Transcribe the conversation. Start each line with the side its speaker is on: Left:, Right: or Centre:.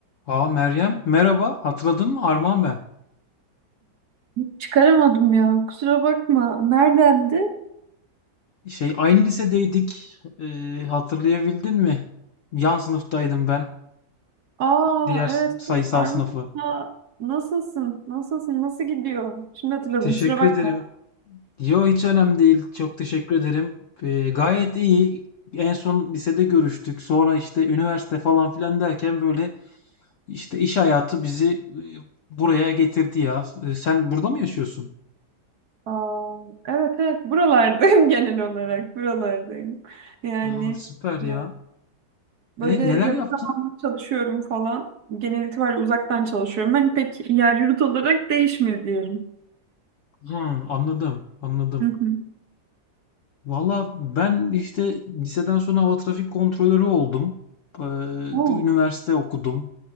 Left: Aa Meryem merhaba hatırladın mı Arman ben.
Right: Çıkaramadım ya. Kusura bakma. Neredendi?
Left: Şey aynı lisedeydik Ee, hatırlayabildin mi? Yan sınıftaydım ben
Right: Aa
Left: diğer s-
Right: evet.
Left: sayısal
Right: Armut'a
Left: sınıfı.
Right: nasılsın? Nasılsın? Nasıl gidiyor? Şimdi hatırladım.
Left: Teşekkür
Right: Kusura bakma.
Left: ederim. Yo hiç önemli değil çok teşekkür ederim. Ee, gayet iyi en son lisede görüştük sonra işte üniversite falan filan derken böyle işte iş hayatı bizi e, buraya getirdi ya. Ee, sen burada mı yaşıyorsun?
Right: Aa, evet evet. Buralardayım <laughs> genel olarak. Buralardayım. Yani
Left: Aa, süper ya.
Right: e, böyle
Left: E
Right: yakın
Left: neler yaptın?
Right: zamanda çalışıyorum falan. Genel itibariyle uzaktan çalışıyorum. Ben pek yer yurt olarak değişmedi diyelim.
Left: Hı, anladım anladım.
Right: Hı hı.
Left: Valla ben işte liseden sonra hava trafik kontrolörü oldum. Ee,
Right: Oo.
Left: üniversite okudum.